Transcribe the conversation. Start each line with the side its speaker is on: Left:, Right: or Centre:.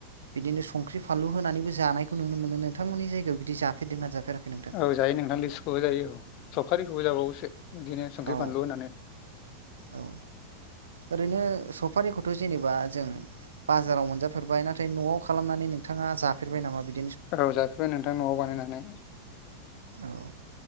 Right: बिदिनो संख्रि फानलु होनानैबो जानायखौ नुनो मोनो नोंथांमोननि जायगायाव बिदि जाफेरदों ना जाफेराखै। नोंथां
Left: औ जायो नोंथां लिसुखौबो जायो सफारिखौबो जाबावोसो बिदिनो संख्रि
Right: औ
Left: बानलु होनानै
Right: औ ओरैनो सम समफारिखौथ' जेनेबा जों बाजाराव मोनजाफेरबाय नाथाय न'आव खालामनानै नोंथाङा जाफेरबाय नामा बिदि
Left: ओव जाफैबाय नोंथां न'आव बानायनै
Right: औ